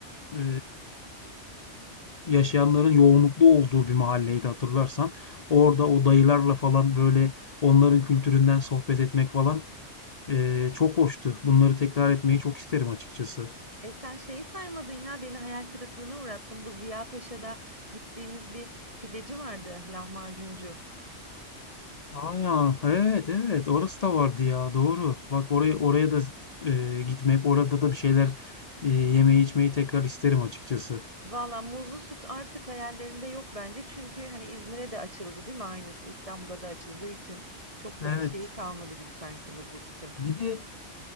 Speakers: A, on the left; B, on the right.
A: e, yaşayanların yoğunluklu olduğu bir mahalleydi hatırlarsan. Orada o dayılarla falan böyle onların kültüründen sohbet etmek falan e, çok hoştu. Bunları tekrar etmeyi çok isterim açıkçası.
B: E sen şeyi saymadın ya beni hayal kırıklığına uğrattın. Bu Ziya Paşa'da gittiğimiz bir pideci vardı, lahmacuncu.
A: Aa, evet evet orası da vardı ya doğru. Bak oraya oraya da e, gitmek orada da bir şeyler e, yemeği içmeyi tekrar isterim açıkçası.
B: Valla muzlu süt artık hayallerinde yok bence. Çünkü hani İzmir'e de açıldı değil mi aynısı? İstanbul'a da açıldığı için çok da
A: Evet.
B: bir şeyi kalmadı gibi sanki muzlu sütün.
A: Bir de